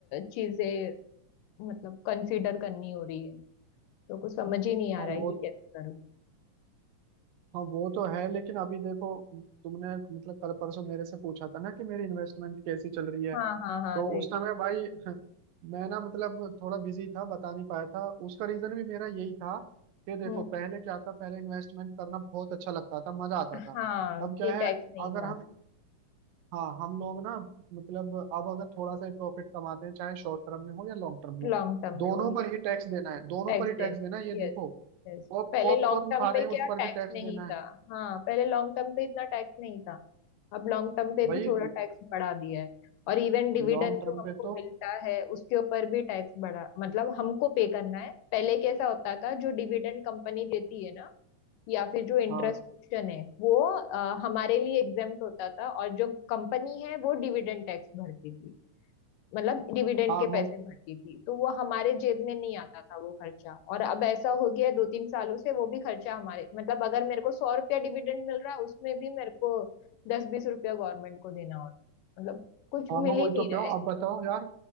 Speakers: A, on the left (about 80°); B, on the right (about 85°).
A: चीजें मतलब कंसीडर करनी हो रही है तो कुछ समझ ही नहीं आ
B: हाँ
A: रहा
B: वो
A: है कि कैसे करूँ
B: हाँ वो तो है लेकिन अभी देखो तुमने मतलब कल परसों मेरे से पूछा था ना कि मेरी इन्वेस्टमेंट कैसी चल रही है
A: हाँ हाँ हाँ
B: तो
A: राइट
B: उस समय भाई <laughs> मैं ना मतलब थोड़ा बिजी था बता नहीं पाया था उसका रीजन भी मेरा यही था कि देखो
A: हम्म
B: पहले क्या था पहले इन्वेस्टमेंट करना बहुत अच्छा लगता था मजा आता
A: हाँ
B: था अब क्या
A: कि
B: है
A: टैक्स नहीं
B: अगर
A: था
B: हम हाँ हम लोग ना मतलब अब अगर थोड़ा सा ही प्रॉफिट कमाते हैं चाहे शॉर्ट टर्म में हो या लॉन्ग टर्म में हो
A: लॉन्ग टर्म में
B: दोनों
A: हो ये
B: पर ही टैक्स देना है दोनों
A: टैक्स
B: पर ही
A: देना
B: टैक्स देना है ये देखो
A: यस यस
B: पॉप
A: पहले
B: पॉपकॉर्न
A: लॉन्ग टर्म
B: खा
A: पे
B: रहे हैं उस
A: क्या
B: पर
A: टैक्स
B: भी टैक्स
A: नहीं
B: देना है
A: था हाँ पहले लॉन्ग टर्म पे इतना टैक्स नहीं था अब लॉन्ग टर्म पे
B: भाई
A: भी थोड़ा टैक्स बढ़ा दिया है और इवन डिविडेंड
B: लॉन्ग टर्म
A: जो हमको
B: पे तो
A: मिलता है उसके ऊपर भी टैक्स बढ़ा मतलब हमको पे करना है पहले कैसा होता था जो डिविडेंड कंपनी देती है ना या फिर जो इंटरेस्ट
B: हाँ
A: क्वेश्चन है वो अ, हमारे लिए एग्जेम्प्ट होता था और जो कंपनी है वो डिविडेंड टैक्स भरती थी मतलब डिविडेंड
B: हाँ
A: के पैसे
B: मु-
A: भरती थी तो वो हमारे जेब में नहीं आता था वो खर्चा और अब ऐसा हो गया है दो तीन सालों से वो भी खर्चा हमारे मतलब अगर मेरे को सौ रुपया डिविडेंड मिल रहा है उसमें भी मेरे को दस बीस रुपया गवर्नमेंट को देना हो रहा है मतलब कुछ
B: हाँ
A: मिल
B: मैं वही
A: ही नहीं
B: तो कह
A: रहा
B: रहा
A: है
B: हूँ अब बताओ यार